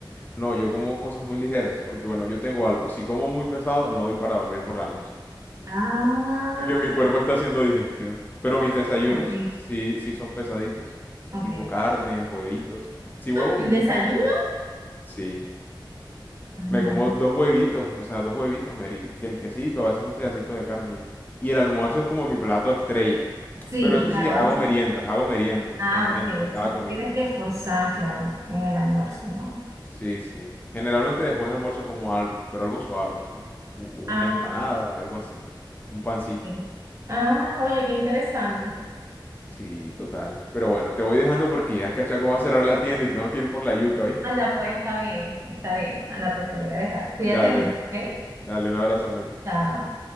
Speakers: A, on the left; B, on the right.
A: No, yo como cosas muy ligeras, porque bueno, yo tengo algo. Si como muy pesado, no voy para dormir por la noche.
B: Ah,
A: Que mi cuerpo está haciendo digestión. Pero
B: ah,
A: mis desayunos
B: ok,
A: sí, sí son pesaditos.
B: ok.
A: Tipo carne, huevitos. Si huevo
B: ¿El
A: me
B: desayuno?
A: como, sí.
B: Ah,
A: Me como dos huevitos, o sea, dos huevitos, Mary. Que el quesito, a veces un pedacito de carne y ya. Y el almuerzo es como mi plato estrella.
B: Sí,
A: Pero eso
B: claro.
A: sí, hago
B: ahí sí.
A: meriendas, hago meriendas
B: Ah,
A: en-
B: ok.
A: entre cada
B: Si te
A: comida.
B: tienes que esforzar, claro, en el almuerzo, ¿no?
A: Sí, sí. Generalmente después del almuerzo como algo, pero algo suave, o sea, u-
B: Ah,
A: una empanada, algo así. Un pancito.
B: sí. Ah, oye, qué interesante.
A: Sí, total. Pero bueno, te voy dejando porque ya el cachaco va a cerrar la tienda y tengo que ir por la yuca, ¿viste?
B: Anda, pues, está bien, está bien. Anda, pues, te voy a dejar.
A: Dale,
B: Cuídate mucho, ¿ok?
A: dale, un abrazo, Mary.
B: Chao.